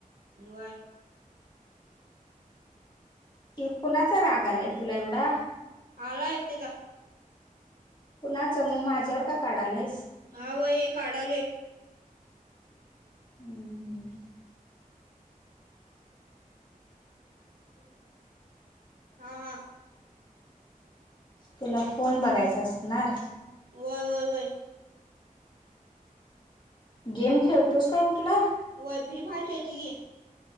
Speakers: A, on the right (about 90°); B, on the left (about 30°).
A: व्हय.
B: की कुणाचा राग आलाय तुला एवढा?
A: आलाय तिजा
B: कुणाचा मग माझ्यावर का काढालायीस?
A: हा बाई काढालोय?
B: हुं हुं.
A: हा हा.
B: तुला फोन बघायचा असणार?
A: व्हय व्हय व्हय.
B: गेम खेळतोस काय कुठला?
A: व्हय फ्री फायर खेळतोय की